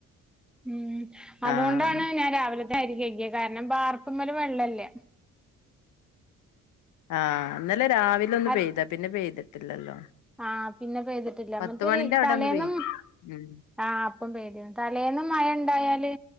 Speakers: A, in the centre; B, on the left (about 80°).
A: ഉം അതോണ്ടാണ്
B: ആഹ്
A: ഞാൻ രാവിലത്തെ അരികെയ്കിയെ കാരണം ബാർപ്പ്മ്മല് വെള്ളല്ല
B: ആഹ് ഇന്നലെ രാവി ലൊന്ന്
A: അൽ
B: പെയ്താ പിന്നെ പെയ്തിട്ടില്ലല്ലോ
A: ആ പിന്നെ പെയ്തിട്ടില്ല
B: പത്ത്
A: മറ്റേത്
B: മണിന്റെ അവിടെ
A: തലേന്നും
B: ഒന്ന് പെയ് ഉം
A: ആഹ് അപ്പം പെയ്തിണ് തലേന്നും മയ ഇണ്ടായാല്